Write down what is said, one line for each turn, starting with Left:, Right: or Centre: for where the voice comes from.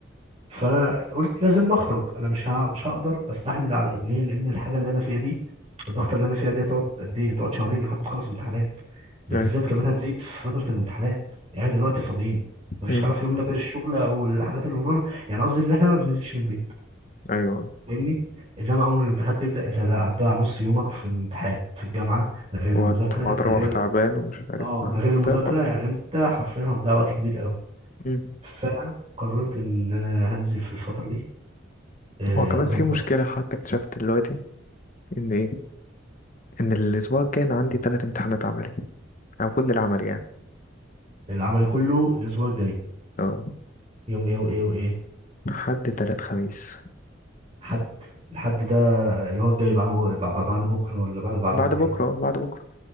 Right: فانا قلت لازم اخرج انا مش ها مش هقدر استحمل على إيه. ليه لان الحاجه اللي انا فيها دي الضغط اللي انا فيها دي هتقعد قد ايه هتقعد شهرين لحد ما اخلص امتحانات ده
Left: أيوة
Right: بالذات كمان هنزيد في فتره الامتحانات يعني دلوقتي فاضيين مفيش
Left: مم.
Right: حاجه في يومنا غير الشغل والحاجات اللي ورانا يعني قصدي ان احنا ما بننزلش من البيت
Left: أيوة
Right: فاهمني انما اول ما الامتحانات تبدا انت لا هتضيع نص يومك في الامتحان في الجامعه ده غير
Left: وهت...
Right: المذاكره
Left: وهتروح
Right: ده غير
Left: تعبان ومش عارف
Right: اه ده غير المذاكره
Left: ده برضه
Right: يعني انت حرفيا هتضيع وقت كبير قوي
Left: مم.
Right: فانا قررت ان انا هنزل في الفتره دي آه،
Left: هو كمان
Right: اظبط
Left: في مشكلة حتى اكتشفت دلوقتي إن إيه إن الأسبوع الجاي أنا عندي تلات امتحانات عملي أو كل العمل يعني
Right: العمل كله الاسبوع الجاي
Left: اه
Right: يوم ايه وايه وايه
Left: حد تلات خميس
Right: حد الحد ده اللي هو الجاي بعد بعد بعد بكره ولا بعد بعد
Left: بعد
Right: بكره
Left: بكرة
Right: ده
Left: آه، بعد بكرة